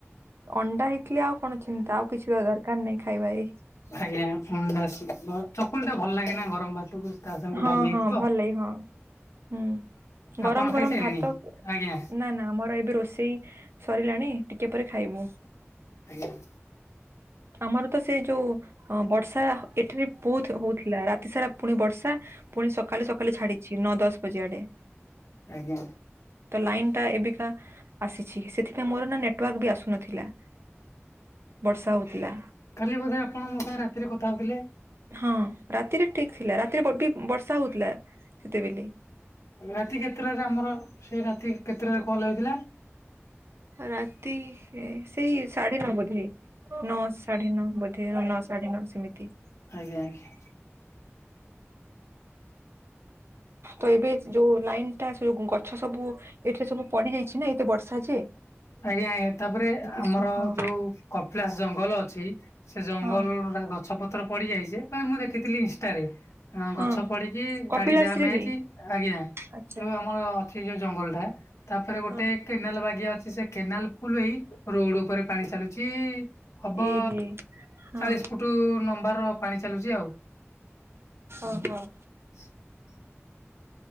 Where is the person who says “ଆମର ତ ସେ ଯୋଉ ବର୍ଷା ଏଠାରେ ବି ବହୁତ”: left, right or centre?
Right